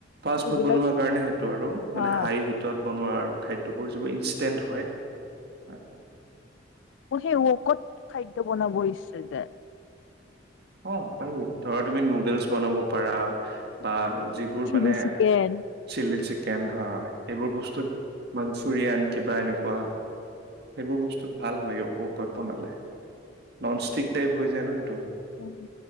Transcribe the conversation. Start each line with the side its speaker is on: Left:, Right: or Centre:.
Right: ফাষ্ট
Left: সেইবিলাক
Right: ফুড বনোৱাৰ কাৰণে সেইটো আৰু
Left: হা
Right: মানে হাই হিটত বনোৱা আৰু। খাদ্যবোৰ যিবোৰ ইনষ্টেণ্ট হয় হয়।
Left: মোৰ সেই উৱৰক ত, খাদ্য বনাব ইচ্ছা যে।
Right: অ', পাৰি ধৰা তুমি নুডলছ বনাব পাৰা। বা যিবোৰ
Left: চিলি
Right: মানে
Left: চিকেন
Right: চিলি কেনহা এই বোৰ বস্তুত মঞ্চুৰিয়ান কিবা এনেকুৱা। সেইবোৰ বস্তু ভাল হয় বুকত বনালে নন ষ্টিক টাইপ হৈ যায় ন এইটো।
Left: উম',